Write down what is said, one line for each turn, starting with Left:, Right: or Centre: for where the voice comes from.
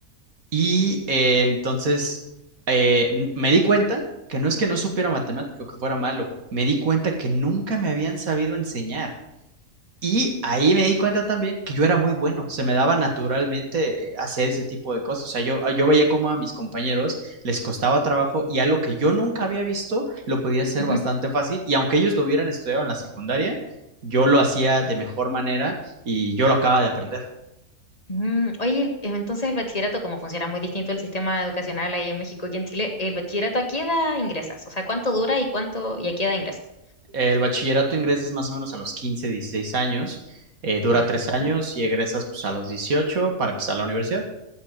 Right: Y eh, entonces eh, n- me di cuenta que no es que no supiera matemático, que fuera malo, me di cuenta que nunca me habían sabido enseñar. Y ahí me di cuenta también que yo era muy bueno, se me daba naturalmente eh, hacer ese tipo de cosas. O sea, yo, ah, yo veía cómo a mis compañeros les costaba trabajo y algo que yo nunca había visto lo podía hacer
Left: Ujú,
Right: bastante fácil. Y aunque ellos lo hubieran estudiado en la secundaria, yo lo hacía de mejor manera y yo lo acababa de aprender.
Left: mm, Oye, el- em, entonces el bachillerato, cómo funciona muy distinto el sistema educacional ahí en México y en Chile, ¿el bachillerato a qué edad ingresas? O sea, ¿cuánto dura y cuánto y a qué edad ingresas?
Right: El bachillerato ingresas más o menos a los 15, 16 años, eh, dura
Left: Ah,
Right: tres
Left: perfecto.
Right: años y egresas pues, a los dieciocho para empezar la universidad.